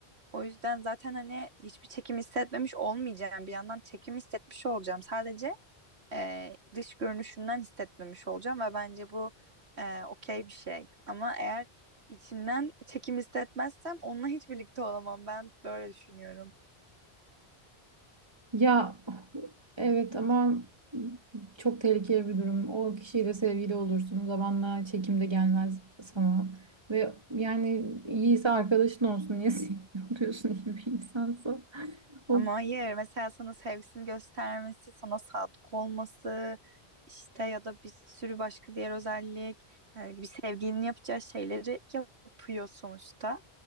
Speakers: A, on the right (about 85°); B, on the right (about 25°).
A: O yüzden zaten hani hiçbir çekim hissetmemiş olmayacağım bir yandan çekim hissetmiş olacağım sadece e, dış görünüşünden hissetmemiş olacağım ve bence bu e, okey bir şey. Ama eğer içinden çekim hissetmezsem onunla hiç birlikte olamam ben böyle düşünüyorum.
B: Ya evet ama çok tehlikeli bir durum. O kişiyle sevgili olursun. Zamanla çekim de gelmez sana. Ve yani iyiyse arkadaşın olsun. Niye <laughs> sevgili oluyorsun iyi bir insansa? Of.
A: Ama hayır mesela sana sevgisini göstermesi, sana sadık olması işte ya da bir sürü başka diğer özellik yani bir sevgilinin yapacağı şeyleri yapıyor sonuçta.